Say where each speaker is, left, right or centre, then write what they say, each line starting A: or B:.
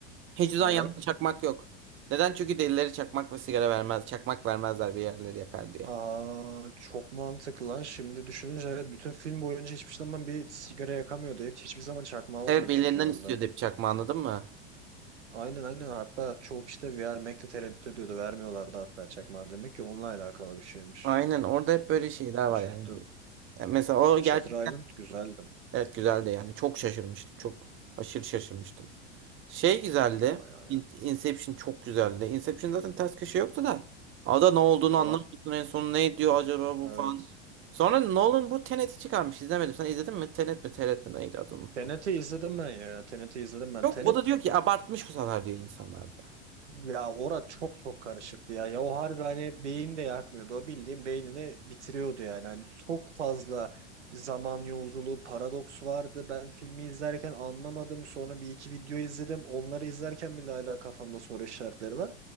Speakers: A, on the right; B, on the right.
A: Hiç uzan
B: Evet.
A: yanında çakmak yok. Neden? Çünkü delileri çakmak ve sigara vermez. Çakmak vermezler bir yerleri yakar diye.
B: Aa çok mantıklı lan. Şimdi düşününce evet bütün film boyunca hiçbir zaman bir sigara yakamıyordu. Hiç, hiçbir zaman çakmağı olmuyordu
A: Evet birilerinden
B: çünkü yanında.
A: istiyordu hep çakma anladın mı?
B: Aynen aynen hatta çoğu kişi de vermekte tereddüt ediyordu. Vermiyorlardı hatta çakmağı. Demek ki onunla alakalı bir şeymiş.
A: Aynen orada hep böyle şeyler
B: Şaşırttım.
A: var yani. Yani mesela o
B: E,
A: gerçek
B: Shutter Island güzeldi.
A: evet güzeldi yani. Çok şaşırmıştım. Çok aşırı şaşırmıştım. Şey güzeldi.
B: Bayağı
A: In-
B: ya.
A: Inception çok güzeldi. Inception zaten ters köşe yoktu da. Ada ne olduğunu
B: Ama
A: anlamıyorsun en son ne diyor acaba bu
B: Evet.
A: falan. Sonra Nolan bu Tenet'i çıkarmış. İzlemedim. Sen izledin mi? Tenet mi? Tenet mi? Neydi adı unuttum.
B: Tenet'i izledim ben ya. Tenet'i izledim ben.
A: Çok
B: Tenet
A: o da diyor ki abartmış bu sefer diyor insanlar da.
B: ya ora çok çok karışıktı ya. Ya o harbi hani beyin de yakmıyordu. O bildiğin beynini bitiriyordu yani. Hani çok fazla zaman yolculuğu, paradoks vardı. Ben filmi izlerken anlamadım. Sonra bir iki video izledim. Onları izlerken bile hala kafamda soru işaretleri var.